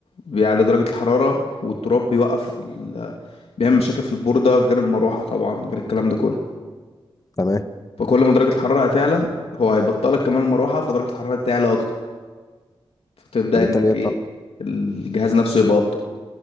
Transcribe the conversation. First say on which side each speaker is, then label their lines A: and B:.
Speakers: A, on the left (about 80°); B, on the left (about 35°).
A: بيعلي درجة الحرارة والتراب بيوقف ال... بيعمل مشاكل في البوردة غير المروحة طبعا غير الكلام ده كله
B: تمام
A: فكل ما درجة الحرارة هتعلى هو هيبطلك كمان المروحة فدرجة الحرارة تعلى اكتر فتبدأ
B: فبالتالي
A: انك
B: انت
A: ايه الجهاز نفسه يبقى ابطأ